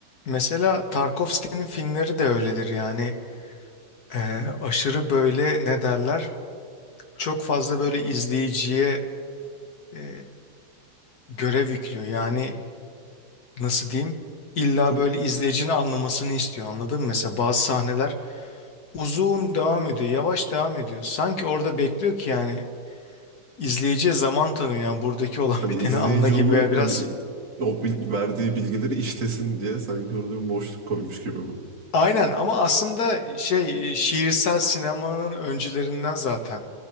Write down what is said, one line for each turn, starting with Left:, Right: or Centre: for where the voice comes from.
Left: Mesela Tarkovski'nin filmleri de öyledir yani Ee, aşırı böyle ne derler çok fazla böyle izleyiciye e, görev yüklüyor yani nasıl diyeyim illa
Right: Çok
Left: böyle izleyicinin anlamasını istiyor anladın mı? Mesela bazı sahneler uzun devam ediyor yavaş devam ediyor sanki orada bekliyor ki yani izleyiciye zaman tanıyor yani buradaki olan
Right: hani
Left: <laughs> biteni
Right: izleyici
Left: anla gibi
Right: onu
Left: veya biraz
Right: hani o bil- verdiği bilgileri işlesin diye sanki orada bir boşluk koymuş gibi mi?
Left: aynen ama aslında şey e, şiirsel sinemanın öncülerinden zaten